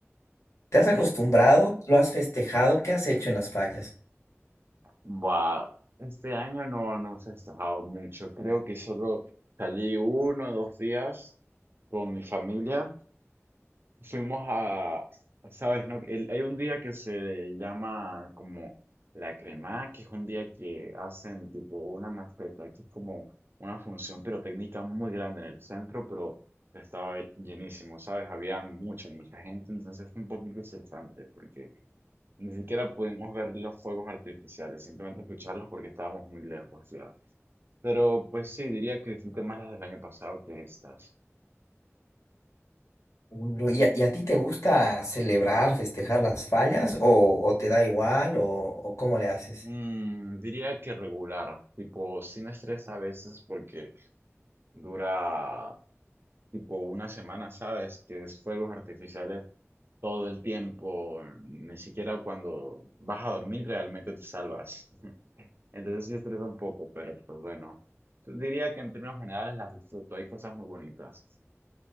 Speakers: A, on the left (about 70°); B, on the right (about 50°).
A: te has
B: ¿Mm?
A: acostumbrado, lo has festejado, ¿qué has hecho en las fallas?
B: Buah, este año no, no he festejado mucho. Creo que solo salí uno o dos días con mi familia. Fuimos a, ¿sabes? No? El- hay un día que se llama como la crema, que es un día que hacen tipo una mascleta, que es como una función pirotécnica muy grande en el centro, pero estaba llenísimo, ¿sabes? Había mucha, mucha gente, entonces fue un poquito estresante porque ni siquiera pudimos ver los fuegos artificiales, simplemente escucharlos porque estábamos muy lejos, ya. Pero pues sí, diría que disfruté más las del año pasado que estas.
A: Uy, bro, ¿y a, y a ti te gusta celebrar, festejar las fallas o, o te da igual o, o cómo le haces?
B: Mm, diría que regular, tipo sin estrés a veces porque dura tipo una semana, ¿sabes? Que es fuegos artificiales todo el tiempo, ni siquiera cuando vas a dormir realmente te salvas. <laughs> Entonces sí estresa un poco, pero pues bueno. Diría que en términos generales las disfruto, hay cosas muy bonitas.